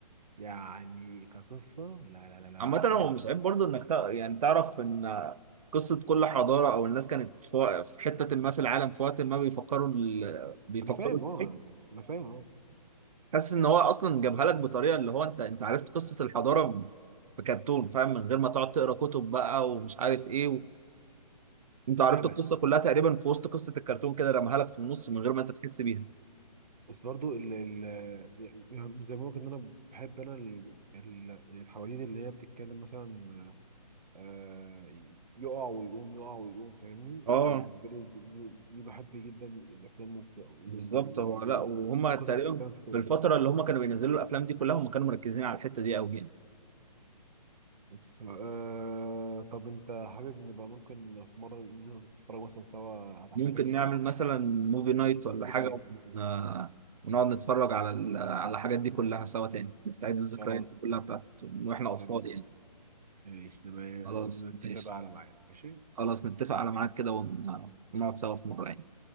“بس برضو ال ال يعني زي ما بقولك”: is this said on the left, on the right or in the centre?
Right